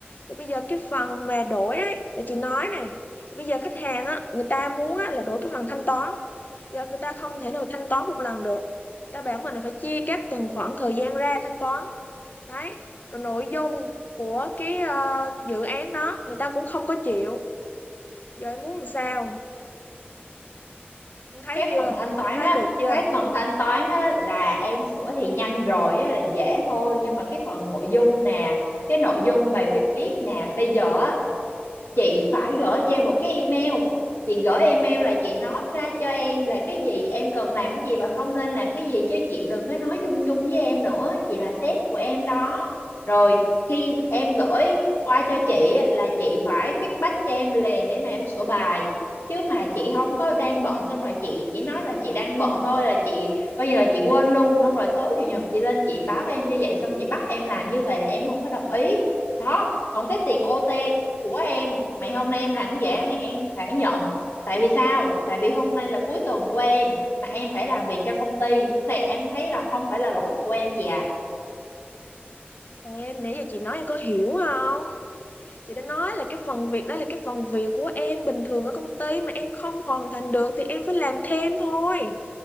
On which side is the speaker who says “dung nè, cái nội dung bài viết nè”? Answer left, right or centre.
Left